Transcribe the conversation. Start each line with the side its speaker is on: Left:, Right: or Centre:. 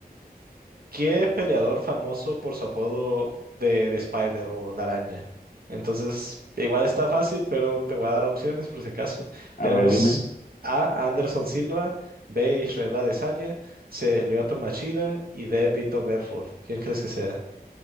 Right: ¿Qué peleador famoso por su apodo de, de Spider o la araña? Entonces, igual está fácil, pero te voy a dar opciones por si acaso. Tenemos
Left: A ver, dime.
Right: A. Anderson Silva, B. Israel Adesanya, C. Lyoto Machida y D. Vito Belfort. ¿Quién crees que sea?